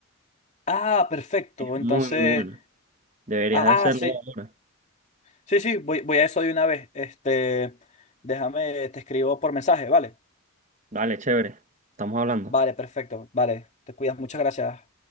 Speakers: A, on the left (about 30°); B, on the right (about 35°).
A: Ah, perfecto.
B: Es
A: Entonces,
B: muy, muy bueno. Deberías
A: ah,
B: de hacerlo
A: sí.
B: ahora.
A: Sí, sí, voy, voy a eso de una vez. Este, déjame, te escribo por mensaje, ¿vale?
B: Dale, chévere. Estamos hablando.
A: Vale, perfecto. Vale, te cuidas. Muchas gracias.